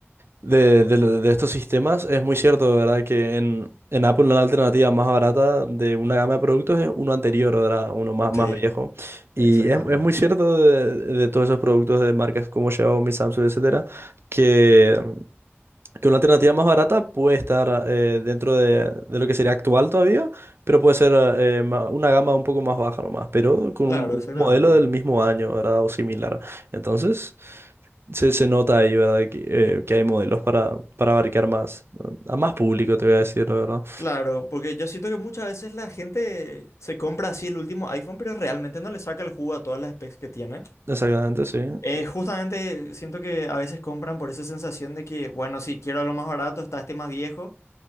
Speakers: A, on the right (about 60°); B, on the left (about 85°).
A: de, de lo- de estos sistemas, es muy cierto, ¿verdad? Que en, en Apple una alternativa más barata de una gama de productos es uno anterior, ¿verdad? Uno más,
B: Sí,
A: más viejo. Y
B: exactamente.
A: es, es muy cierto de, de todos esos productos de marcas como Xiaomi, Samsung, etcétera, que que una alternativa más barata puede estar eh, dentro de, de lo que sería actual todavía, pero puede ser eh, ma- una gama un poco más baja nomás, pero con
B: Claro,
A: un un
B: exactamente.
A: modelo del mismo año, ¿verdad? O similar. Entonces, se, se nota ahí, ¿verdad? Que, eh, que hay modelos para, para abarcar más, a más público, te voy a decir, la verdad.
B: Claro, porque yo siento que muchas veces la gente se compra así el último iPhone, pero realmente no le saca el jugo a todas las specs que tiene.
A: Exactamente, sí.
B: Eh, justamente siento que a veces compran por esa sensación de que, bueno, si quiero algo más barato, está este más viejo.